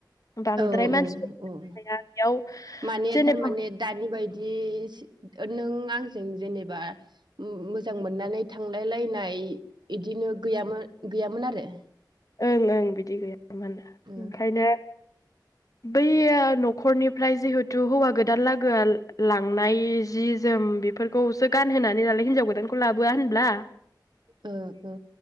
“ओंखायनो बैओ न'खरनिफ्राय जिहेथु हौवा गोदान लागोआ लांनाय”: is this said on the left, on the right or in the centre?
Left